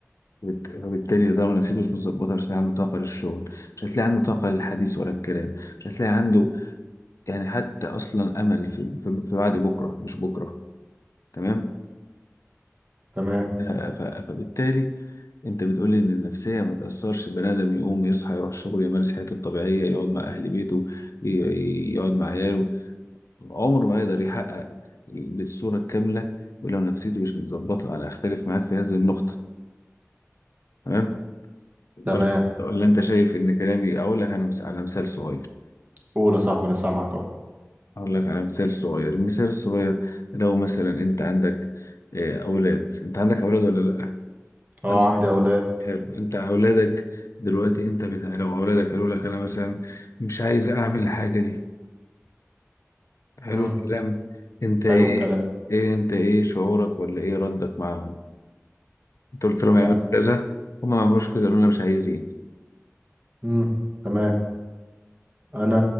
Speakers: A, on the left (about 75°); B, on the right (about 35°).
A: وبت- وبالتالي ده نفسيته مش متظبطة مش هتلاقي عنده طاقة للشغل مش هتلاقي عنده طاقة للحديث ولا الكلام مش هتلاقي عنده يعني حتى اصلا امل في في في بعد بكره مش بكره تمام
B: تمام
A: آه، ف- فبالتالي انت بتقول لي ان النفسيه ما تاثرش بني ادم يقوم يصحى يروح شغله يمارس حياته الطبيعيه يقعد مع اهل بيته ي- يقعد مع عياله عمره ما يقدر يحقق بالصوره الكامله ولو نفسيته مش متظبطه انا اختلف معاك في هذه النقطه تمام ولا
B: تمام
A: ولا انت شايف ان كلامي اقول لك انا مس- على مثال صغير
B: قول يا صاحبي أنا سامعك أهو
A: اقول لك على مثال صغير المثال الصغير لو مثلا انت عندك آه، اولاد انت عندك اولاد ولا لا
B: أه
A: عندك
B: عندي أولاد
A: حلو انت اولادك دلوقتي انت بتاع لو اولادك قالوا لك انا مثلا مش عايز اعمل الحاجه دي حلو
B: امم
A: الكلام انت ايه
B: حلو الكلام
A: ايه انت ايه شعورك ولا ايه ردك معاهم انت قلت لهم يعملوا
B: يعني
A: كذا هم ما عملوش كذا قالوا لنا مش عايزين
B: امم تمام انا